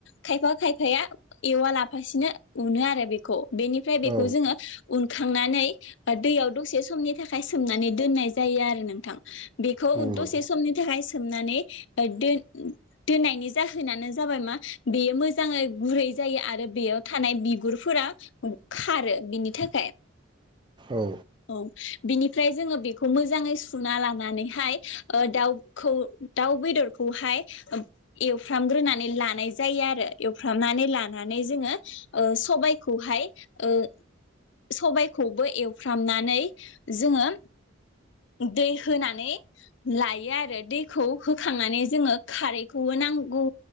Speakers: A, on the left (about 65°); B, on the right (about 25°).
A: खायफा खायफाया एवा लाफासिनो उनोआरो बेखौ। बेनिफ्राय बेखौ
B: औ
A: जोङो उनखांनानै बा दैयाव दसे समनि थाखाय सोमनानै दोननाय जायो आरो नोंथां। बेखौ
B: नंगौ
A: दसे समनि थाखाय सोमनानै दोन दोननायनि जाहोनानो जाबाय मा बेयो मोजाङै गुरै जायो आरो बेयाव थानाय बिगुरफोरा खारो बिनि थाखाय।
B: औ।
A: औ बिनिफ्राय जोङो बेखौ मोजाङै सुना लानानैहाय ओ दाउ खौ दाउ बेदर खौहाय एवफ्रामग्रोनानै लानाय जायोआरो एवफ्रामनानै लानानै जोङो ओ सबाखौहाय ओ सबायाइखौबो एवफ्रामनानै जोङो दै होनानै लायो आरो दैखौ होखांनानै जोङो खारैखौबो नांगौ